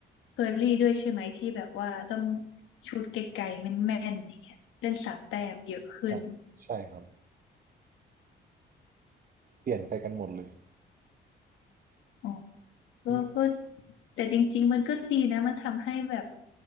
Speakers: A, on the left; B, on the right.
A: เคอรี่ด้วยใช่ไหมที่แบบว่าต้องชูตไกลๆแม่นๆอย่างเงี้ยเล่นสามแต้มเยอะขึ้น
B: อ่ะใช่ครับเปลี่ยนไปกันหมดเลย
A: อ๋อ ก็ก็
B: อืม
A: แต่จริงๆมันก็ดีนะมันทำให้แบบ